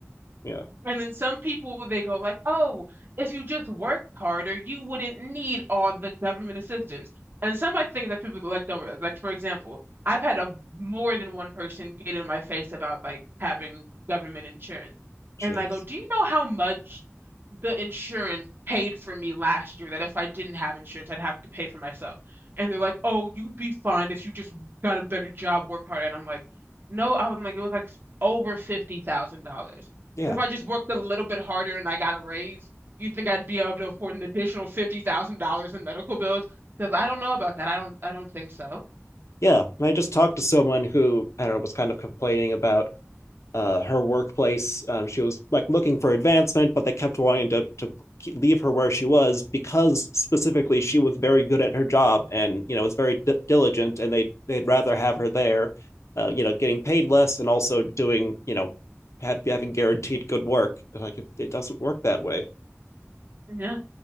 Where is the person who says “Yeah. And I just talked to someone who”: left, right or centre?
Left